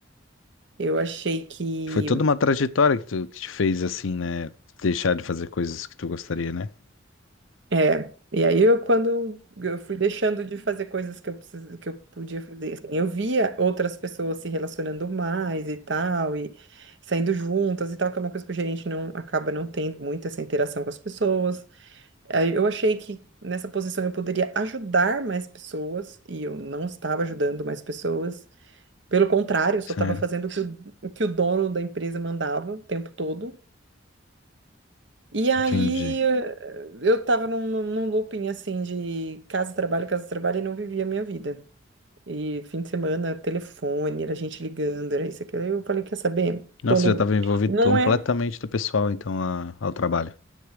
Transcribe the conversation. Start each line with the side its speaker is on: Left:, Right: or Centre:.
Right: Eu achei que
Left: Foi toda uma trajetória que tu que te fez assim, né? Deixar de fazer coisas que tu gostaria, né?
Right: É, e aí eu quando eu fui deixando de fazer coisas que eu precis- que eu podia fazer, assim, eu via outras pessoas se relacionando mais e tal, e saindo juntas e tal, que é uma coisa que o gerente não acaba não tendo muito essa interação com as pessoas. Aí eu achei que nessa posição eu poderia ajudar mais pessoas, e eu não estava ajudando mais pessoas. Pelo contrário, eu só
Left: Sério,
Right: estava fazendo o que o, o que o dono da empresa mandava o tempo todo. E aí
Left: entendi.
Right: eu tava num, num num looping assim de casa, trabalho, casa, trabalho e não vivia a minha vida. E fim de semana, telefone, era gente ligando, era isso, aquilo. Aí Eu falei, quer saber?
Left: Nossa,
Right: Tô no...
Left: já tava envolvido
Right: Não
Left: completamente
Right: é.
Left: do pessoal, então, a- ao trabalho.